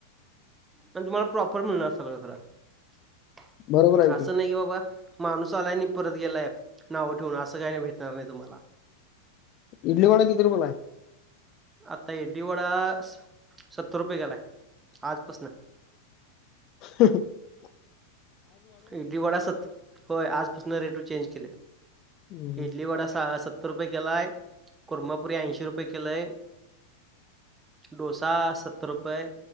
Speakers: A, on the right (about 15°); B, on the left (about 40°).
A: पण तुम्हाला प्रॉपर मिळणार सगळं खर
B: बरोबर आहे
A: असं नाही की बाबा. माणूस आलाय आणि ही परत गेलाय नाव ठेवून असं काही नाही भेटणार नाही तुम्हाला..
B: इडली वडा किती रूपयला आहे.
A: आता इडली वडा सत्तर रुपये केलाय आजपासन.
B: ह <unintelligible>
A: इडली वडा असत होय आजपासून रेटू चेंज केले
B: हम्म.
A: इडली वडा सतर. सत्तर रुपये केलाय कुरमापुरी ऐंशी रुपये केलाय. डोसा सत्तर रुपये